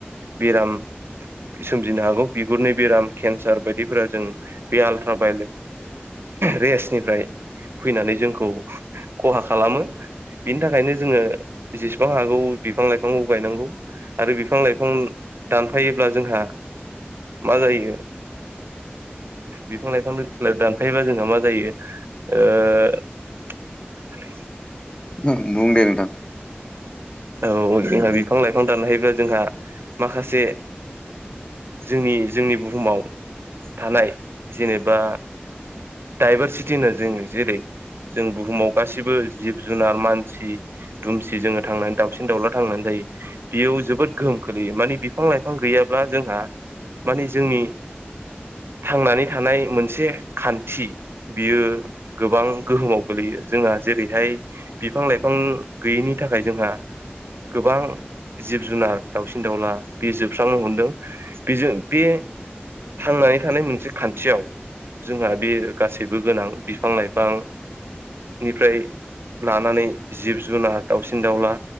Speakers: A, on the right; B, on the left.
A: बेराम सोमजिनो हागौ बिगुरनि बेराम केन्सार बायदिफोरा जों बे आल्ट्राभायलेट रेसनिफ्राय फैनानै जोंखौ खहा खालामो बिनि थाखायनो जोङो जेसेबां हागौ बिफां लाइफांखौ गायनांगौ। आरो बिफां लाइफां बिफां दानफायोब्ला जोंहा मा जायो। बिफां लाइफां दानफायोबा जोंहा मा जायोओ <inaudible>
B: बुं दे नोंथां
A: औ औ जोंहा बिफां लाइफां दानफायोब्ला जोंहा माखासे जोंनि जोंनि बुहुमाव थानाय जेनेबा डाइभारसिटि होनो जोङो जेरै जों बुहुमाव गासिबो जिब जुनार मानसि दुमसि जोङो थांनानै बांसिन दाउला थांनानै जायो बेयाव जोबोद गोहोम खोलैयो माने बिफां लाइफां गैयाब्ला जोंहा माने जोंनि थांनानै थानाय मोनसे खान्थि बियो गोबां गोहोमाव गो ग्लैयो जोंहा जेरैहाय बिफां लाइफां गैयैनि थाखाय जोंहा गोबां जिब जुनार दाउसिन दाउला बे जोबस्रांनो हमदों बेजों बे थांनानै थानाय मोनसे खान्थियाव जोंहा बे गासैबो गोनां बिफां लाइफां निफ्राय लानानै जिब जुनार दाउसिन दाउला